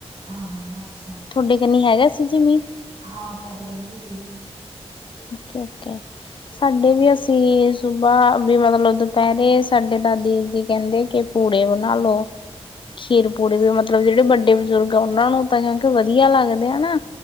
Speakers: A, on the right; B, on the left.
A: ਹਾਂ ਹਾਂ ਅੱਛਾ।
B: ਤੁਹਾਡੇ ਕਨੀ ਹੈਗਾ ਸੀ ਜੀ ਮੀਂ?
A: ਹਾਂ ਸਾਡੇ ਕਨੇ ਵੀ <unintelligible>
B: ਓਕੇ ਓਕੇ। ਸਾਡੇ ਵੀ ਅਸੀ ਸੁਬਾਹ ਵੀ ਮਤਲਬ ਦੁਪਿਹਰੇ ਸਾਡੇ ਦਾਦੀ ਜੀ ਕਹਿੰਦੇ ਕਿ ਪੂੜੇ ਬਨਾ ਲੋ ਖੀਰ ਪੂੜੇ ਦੇ ਮਤਲਬ ਜਿਹੜੇ ਬੱਡੇ ਬੂਜ਼ੁਰਗ ਆ ਓਹਨਾਂ ਨੂੰ ਤਾਂ ਜਣੀਕੇ ਵਧੀਆ ਲੱਗਦੇ ਆ ਨਾ।